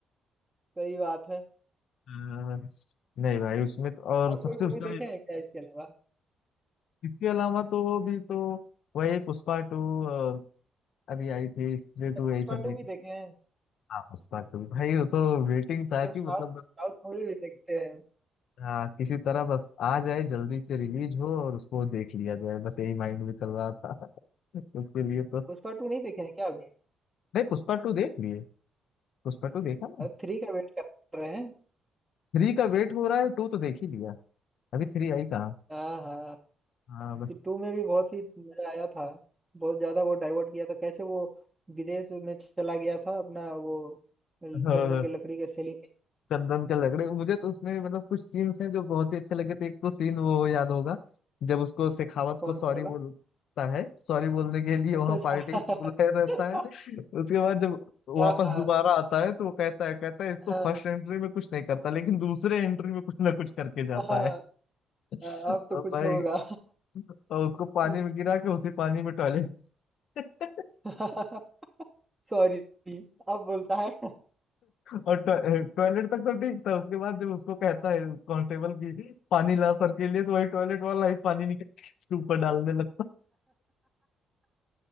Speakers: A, on the right; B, on the left.
A: सही बात है
B: हाँ, नहीं भाई उसमें तो और
A: और
B: सबसे
A: कोई मूवी
B: उसका
A: देखे हैं क्या इसके अलावा
B: इसके अलावा तो भी तो वही पुष्पा टू और अभी आई थी स्त्री
A: मतलब
B: टू
A: पुष्पा
B: यही सब देखी
A: टू भी देखे हैं
B: हाँ पुष्पा टू भाई वो तो वेटिंग था
A: मतलब
B: कि
A: साउथ
B: मतलब बस
A: साउथ मूवी भी देखते हैं
B: हाँ किसी तरह बस आ जाए जल्दी से रिलीज हो और उसको देख लिया जाए बस यही माइंड में चल रहा था <laughs> उसके लिए तो
A: पुष्पा टू नहीं देखे हैं क्या अभी
B: नहीं पुष्पा टू देख लिए पुष्पा टू देखा ना
A: थ्री का वेट कर रहे हैं
B: थ्री का वेट हो रहा है टू तो देख ही लिया अभी थ्री आई कहाँ
A: हाँ हाँ
B: हाँ बस
A: टू में भी बहुत ही मजा आया था बहुत ज्यादा वो डाइवर्ट किया था कैसे वो विदेश में चला गया था अपना वो चंदन
B: और
A: के लकड़ी के सेलिंग के
B: चंदन के लग रहे मुझे तो उसमें मतलब कुछ सीन्स हैं जो बहुत ही अच्छे लगे थे एक तो सीन वो याद होगा जब उसको शेखावत
A: कौन
B: को सॉरी
A: सा वाला
B: बोलता है सॉरी बोलने के लिए
A: अच्छा
B: वहां
A: अच्छा
B: पार्टी में बुलाया रहता
A: <laughs>
B: है उसके बाद जब
A: हाँ
B: वापस
A: हाँ
B: दोबारा आता है तो वो कहता है कहता है इसको
A: हाँ
B: फर्स्ट
A: <laughs>
B: एंट्री में कुछ नहीं करता लेकिन दूसरे एंट्री में कुछ ना कुछ करके जाता
A: हाँ
B: है <laughs>
A: हाँ, अब तो
B: और
A: कुछ
B: भाई
A: होगा
B: और उसको पानी
A: <laughs>
B: में गिरा के उसी पानी में टॉयलेट <laughs>
A: <laughs> सॉरी अब बोलता है <laughs>
B: और टॉय- टॉयलेट तक तो ठीक था उसके बाद जब उसको कहता है कांस्टेबल की पानी ला सर के लिए तो वही टॉयलेट वाला ही पानी निकाल के उसके ऊपर डालने लगता